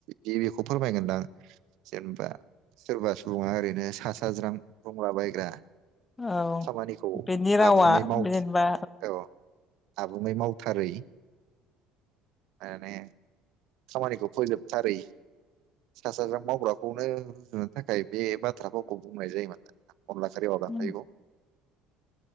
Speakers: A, on the right (about 65°); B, on the left (about 15°).
A: गिबिखौ फोरमायगोनदां जेनेबा सोरबा सुबुङा ओरैनो सा साज्रां बुंलाबायायग्रा
B: औ
A: खामानिखौ
B: बेनि रावा
A: आबुङै माव
B: जेनेबा
A: औ आबुङै मावथारै माने खामानिखौ फोजोबथारै सा साजरां मावग्राखौनो रुजुनो थाखाय बे बाथ्राफोरखौावखौ बुंनाय जायोमोन न बे माबा
B: उम
A: थायखौ